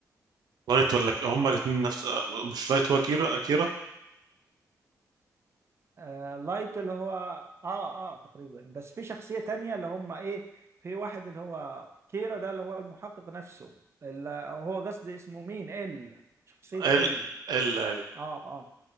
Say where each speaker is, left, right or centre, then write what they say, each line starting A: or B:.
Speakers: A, on the right (about 85°); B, on the right (about 40°).
A: لايت ولا ك- هما الاثنين نفس آه، مش لايت هو كيرا كيرا
B: آه لايت اللي هو آه آه تقريبا بس في شخصية تانية اللي هم إيه في واحد اللي هو كيرا ده اللي هو المحقق نفسه اللي هو قصدي اسمه مين ال شخصية
A: ال
B: ال
A: ال ايوه
B: آه آه